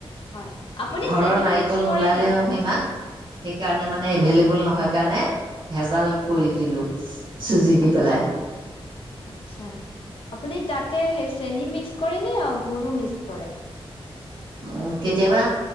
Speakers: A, on the left (about 65°); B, on the right (about 50°).
A: হয় আপুনি
B: ঘৰৰ
A: চেনিও
B: নাৰিকল
A: মিক্স কৰে
B: নোলালে
A: নেকি
B: নহয় ইমান সেইকাৰণে মানে
A: হয়
B: এভেইলেবল
A: নি-
B: নহয় কাৰণে ভেজাল কৰি
A: হয়
B: দিলোঁ চুজি দি
A: আচ্ছা
B: পেলাই
A: আচ্ছা আপুনি তাতে সেই চেনি মিক্স কৰে নে গৰু মিক্স কৰে
B: উ কেতিয়াবা